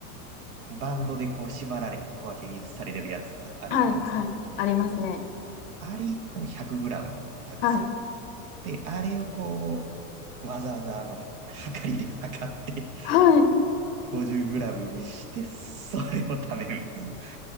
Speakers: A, on the right; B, on the left.
A: う、バンドでこう縛られて小分けにされてるやつがあるじゃないですか。
B: はい、はい。ありますね。
A: あれ1本 100g なんですよ。
B: はい。
A: で、あれをこう、わざわざあの、測りで測って
B: はい。
A: 50g にして、それを食べるっていう。